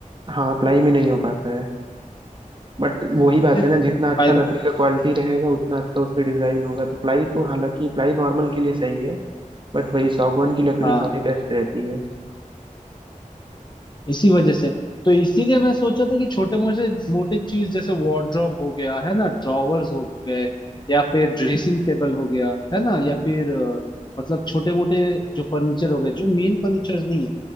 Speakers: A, on the right; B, on the left.
A: हाँ प्लाई में नहीं हो पाता है बट वही
B: तो
A: बात
B: फिर
A: है ना जितना अच्छा
B: फायदा
A: लकड़ी का क्वालिटी रहेगा उतना अच्छा उस पे डिजाइन होगा तो प्लाई तो हालांकि प्लाई नॉर्मल के लिए सही है बट वही सागवान की लकड़ी
B: हाँ
A: काफी बेस्ट रहती है
B: इसी वजह से तो इसीलिए मैं सोचा था कि छोटे मोटे मोटे चीज जैसे वार्डरोब हो गया है ना ड्रॉवर्स हो गए या फिर ड्रेसिंग टेबल हो गया है ना या फिर अ, मतलब छोटे मोटे जो फर्नीचर हो गए जो मेन फर्नीचर नहीं है